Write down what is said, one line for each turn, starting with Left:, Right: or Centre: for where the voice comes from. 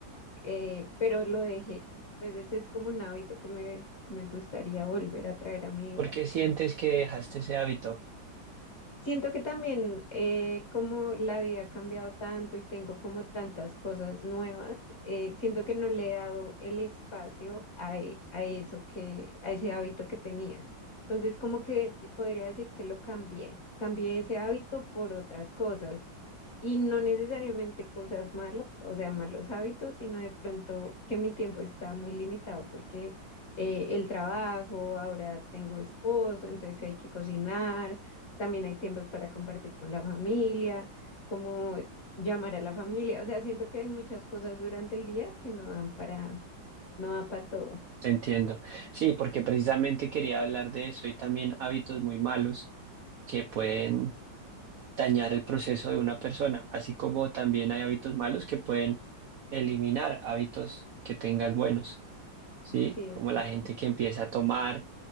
Left: eh, pero lo dejé. Entonces es como un hábito que me, me gustaría volver a traer a mi
Right: ¿Por
Left: vida.
Right: qué sientes que dejaste ese hábito?
Left: Siento que también eh, como la vida ha cambiado tanto y tengo como tantas cosas nuevas, eh, siento que no le he dado el espacio a, e- a eso que, a ese hábito que tenía. Entonces, como que te- podría decir que lo cambié. Cambié ese hábito por otras cosas y no necesariamente cosas malas, o sea, malos hábitos, sino de pronto que mi tiempo está muy limitado porque eh, el trabajo, ahora tengo esposo, entonces hay que cocinar también hay tiempos para compartir con la familia, como llamar a la familia. O sea, siento que hay muchas cosas durante el día que no dan para, no da para todo.
Right: Te entiendo. Sí, porque precisamente quería hablar de eso y también hábitos muy malos que pueden dañar el proceso de una persona, así como también hay hábitos malos que pueden eliminar hábitos que tengas buenos, ¿sí?
Left: Sí, es
Right: Como
Left: cierto.
Right: la gente que empieza a tomar